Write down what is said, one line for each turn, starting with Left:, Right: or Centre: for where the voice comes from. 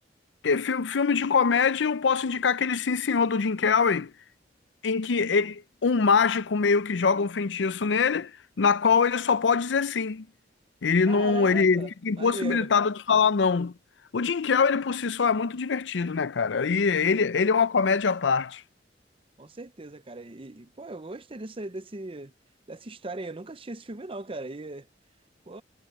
Left: E fi- filme de comédia, eu posso indicar aquele Sim Senhor do Jim Carrey. em que ele- um mágico meio que joga um feitiço nele, na qual ele só pode dizer sim. Ele
Right: Caramba,
Left: não, ele fica impossibilitado
Right: maneiro.
Left: de falar não. O Jim Carrey, ele por si só é muito divertido, né, cara?
Right: Sim,
Left: E ele,
Right: sim,
Left: ele é uma comédia à parte.
Right: com certeza, cara. E, e, pô, eu gostei dessa, desse, dessa história aí. Eu nunca assisti esse filme, não, cara. E, pô,